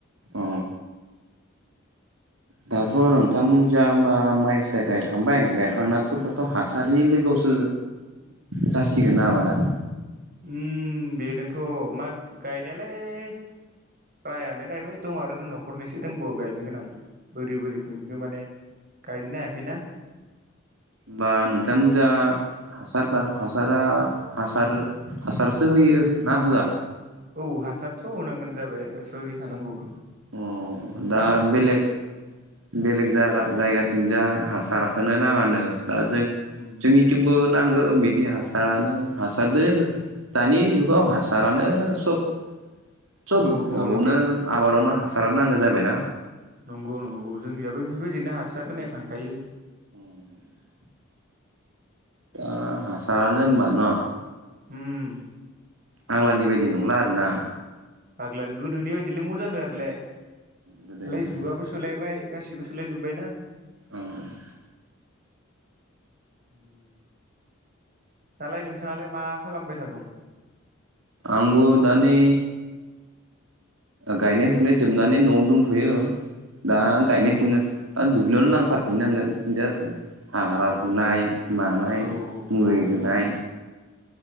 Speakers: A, on the right (about 80°); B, on the right (about 45°).
A: अ दाथ'
B: आरो
A: नों नोंथांमोनजा होमबा माइ साय गायखांबाय गायखांनााथ' दाथ' हासारनि लोगोआवसो जासिगोन ना आबादा
B: उम बेनोथ' मा गायनायालाय प्रायानो गायबाय दं आरो न'खरनिसो दंबावो गायनो गोनां बोरि बोरिफोरनिखौ माने गायनोनो हायाखैना।
A: बा नोंथांमोन जा हासार हासारा हासार हासारसो होयो ना होआ
B: औ हासारथ' होनांगोन जाबाय हैखानांगौ
A: अ दा
B: हा
A: बेलेग बेलेग जायगा जायगाथिंज हासारखोनो नाङानो दा जों
B: उम
A: जोंनिथिंबो
B: उम
A: नांगौ बिदि हास आनो हासारदो दानि जुगाव हासारानो सब सब
B: औ औ
A: माबावनो
B: नोंथां
A: आबादावनो हासारानो नांगौ जाबायना।
B: नंगौ नंगौ जोंनियाबो बेफोरबायदिनो हासार होनाय थांखायो।
A: उम दा आ होमबा न'
B: उम
A: आग्लानि बायदि नंला आरोना।
B: आग्लाया गोदोनि बायदिलाय म जानो आरोलाय
A: गोदोनि
B: ले
A: बायदि
B: जुगाबो सोलायबाय गासिबो सोलायजोब्बाय ना।
A: अअअ
B: उम। दालाय नोंथाङालाय मा खालामबाय थादं
A: आंबो दानि गायनाय फुनाय जोबनानै न'आव दंथ'यो। दा गायनायखौनो दा दुब्लियावनो नांथाबफिननांगोन हाग्रा फुनाय मानाय
B: औ औ
A: मुलि
B: औ
A: होनाय।
B: औ